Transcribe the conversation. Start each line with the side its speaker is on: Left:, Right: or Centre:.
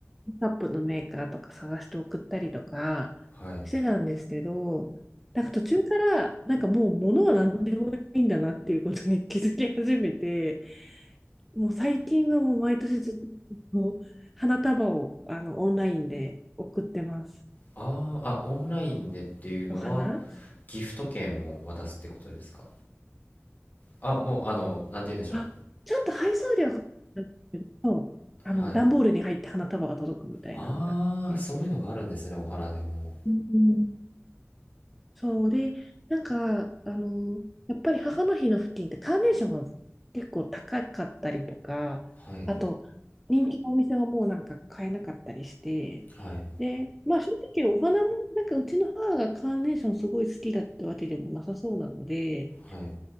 Centre: カップのメーカーとか探して送ったりとかしてたんですけど、
Left: はい
Centre: なんか途中から、なんかもう物は何でもいいんだなっていうことに気づき始めて、もう最近はもう毎年ずっと花束をあのオンラインで送ってます。
Left: あーあオンラインでっていうのは
Centre: お花
Left: ギフト券を渡すってことですかあもうあのなんて言うんでしょう
Centre: あ、ちょっと配送料がかかっちゃうんですけど、あの段ボールに入って花束が届くみたいなのがあって。
Left: はいああーそういうのがあるんですねお花でも
Centre: うんうんそうで、なんか、あの、やっぱり母の日の付近ってカーネーションが結構高かったりとか、
Left: はい
Centre: あと、人気のお店はもうなんか買えなかったりして、
Left: はい
Centre: で、まあ正直お花も、なんかうちの母がカーネーションすごい好きだってわけでもなさそうなので、
Left: はい